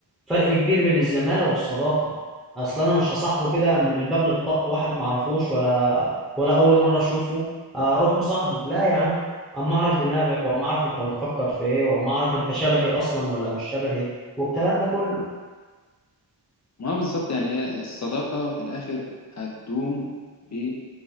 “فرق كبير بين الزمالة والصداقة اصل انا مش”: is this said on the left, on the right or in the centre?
Centre